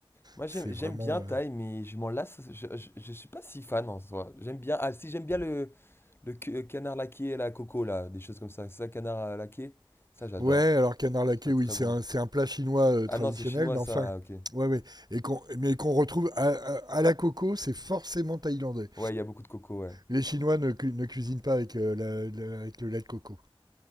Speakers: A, on the left; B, on the right.
A: Moi,
B: c'est
A: j'aime, j'aime
B: vraiment.
A: bien Thaï,
B: Euh,
A: mais je m'en lasse. Je, je, je suis pas si fan en soi. J'aime bien. Ah, si, j'aime bien le, le cu- canard laqué et la coco, là. Des choses comme ça. C'est ça, canard euh, laqué? Ça, j'adore.
B: Ouais, alors canard laqué,
A: Je trouve ça très
B: oui, c'est
A: bon.
B: un, c'est un plat chinois euh,
A: Ah
B: traditionnel,
A: non, c'est chinois,
B: mais enfin,
A: ça. Ah, ok.
B: ouais, ouais, et qu'on, mais qu'on retrouve à, à, à la coco, c'est forcément thaïlandais.
A: Ouais, il y a beaucoup de coco, ouais.
B: Les Chinois ne, cu- ne cuisinent pas avec, euh, la- la- avec le lait de coco.